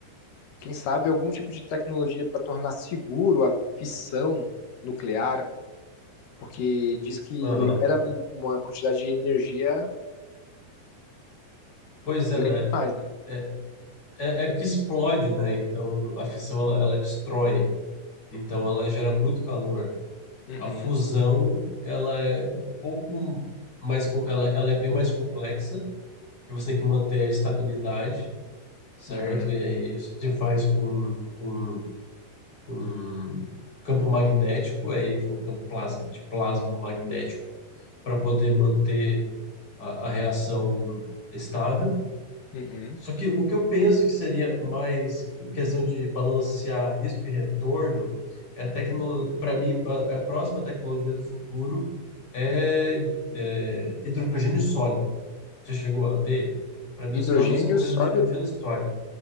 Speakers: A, on the left; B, on the left.
A: Quem sabe algum tipo de tecnologia para tornar seguro a fissão nuclear, porque diz que
B: Aham.
A: libera um- uma quantidade de energia
B: Pois é,
A: grande
B: né?
A: demais, né?
B: É, é, é que explode, né? Então a fissão ela, ela destrói, então ela gera muito calor.
A: Uhum,
B: A fusão, ela é um pouco mais, com- ela, ela é bem mais complexa, porque você tem que manter a estabilidade, certo?
A: uhum,
B: E aí isso se faz com, com, com campo magnético, aí vira um campo plas- de plasma magnético para poder manter a, a reação estável.
A: uhum.
B: Só que o que eu penso que seria mais questão de balancear risco e retorno é tecno... para mim a, a próxima tecnologia do futuro é, é hidrogênio sólido. Você chegou a ver? Para mim
A: Hidrogênio
B: os carros vão ser movidos
A: sólido?
B: a hidrogênio sólido.